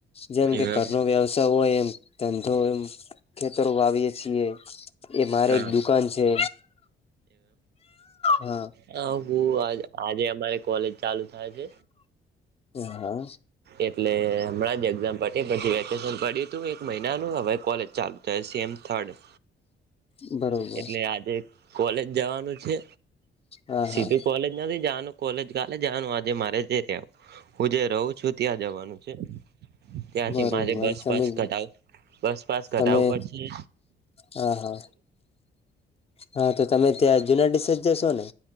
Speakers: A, on the left (about 30°); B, on the right (about 55°).
A: જેમ કે
B: એવમ
A: ઘરનો વ્યવસાય હોય, એમ ધંધો એમ, ખેતરો વાવીએે છીએ. એ મારે
B: હા
A: એક દુકાન છે. હા
B: હ હું, આ આજે અમારે કોલેજ ચાલુ થાય છે.
A: હ, હા.
B: એટલે હમણાં જ, એક્ઝામ પ પછી વેકેશન પડ્યું તું એક મહિનાનું હવે કોલેજ ચાલુ, થાય સેમ થર્ડ
A: બરોબર
B: એટલે આજે કોલેજ જવાનું છે.
A: હા હા
B: સીધું કોલેજ નથી, જવાનું કોલેજ કાલે જવાનું આજે મારે છે. હું, જે રહું છ. શું ત્યાં, જવાનું છે. ત્યાંથી.
A: બરોબર
B: મારે બસપસ
A: તમે
B: ઘટાવ, બસપસ ઘટાવું
A: તમે
B: પડશે.
A: હા હા હા તો તમે ત્યાં જુના, ડડી સજ્જશો ને